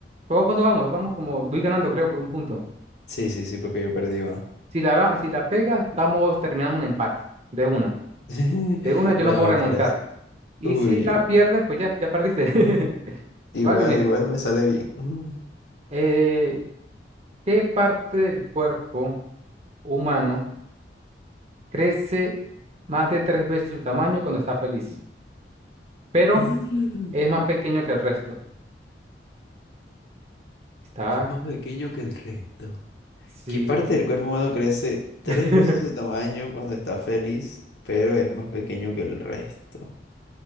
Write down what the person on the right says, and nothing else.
¿cómo- ¿cuánto vamos? Vamos como, voy ganando creo por un punto.
Si la, va- si la pegas, vamos, terminamos un empate. De una.
De una yo
no puedo
remontar.
Y
si la
pierdes, pues ya, ya perdiste. <laughs>
Vale, mire.
eh, ¿Qué parte del cuerpo humano crece más de tres veces su tamaño cuando está feliz, pero
es más pequeño que el resto? Está,
sí,
<laughs>